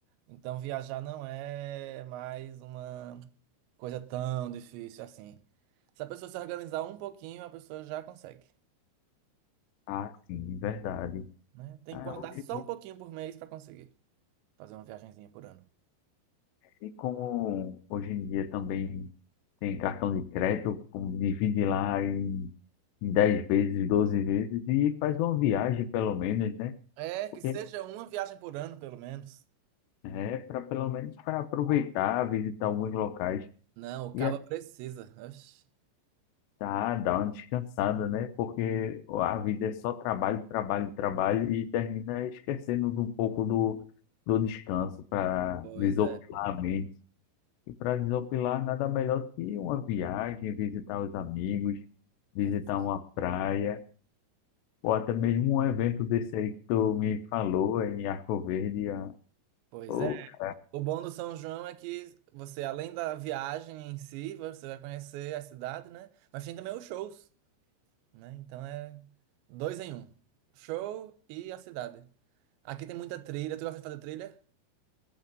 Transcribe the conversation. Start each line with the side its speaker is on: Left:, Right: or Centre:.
Right: Então viajar não é mais uma coisa tão difícil assim. Se a pessoa se organizar um pouquinho, a pessoa já consegue,
Left: assim, verdade.
Right: né? Tem
Left: Ah,
Right: que guardar
Left: hoje
Right: só
Left: em dia,
Right: um pouquinho por mês para conseguir fazer uma viagenzinha por ano.
Left: e como hoje em dia também tem cartão de crédito, como divide lá em, em 10 vezes, 12 vezes e faz uma viagem pelo menos, né?
Right: É, que
Left: Porque
Right: seja uma viagem por ano, pelo menos.
Left: é para pelo menos para aproveitar, visitar alguns locais.
Right: Não, o
Left: E
Right: caba precisa. Oxe.
Left: tá dá uma descansada, né? Porque a vida é só trabalho, trabalho, trabalho e termina esquecendo de um pouco do, do descanso para
Right: Pois
Left: desopilar
Right: é,
Left: a mente. E para desopilar, nada melhor que uma viagem, visitar os amigos, visitar
Right: exatamente.
Left: uma praia, ou até mesmo um evento desse aí que tu me falou em Arco Verde. ah,
Right: Pois
Left: Pô,
Right: é.
Left: cara,
Right: O bom do São João é que você, além da viagem em si, você vai conhecer a cidade, né? Mas tem também os shows, né? Então é dois em um. Show e a cidade. Aqui tem muita trilha. Tu gosta de fazer trilha?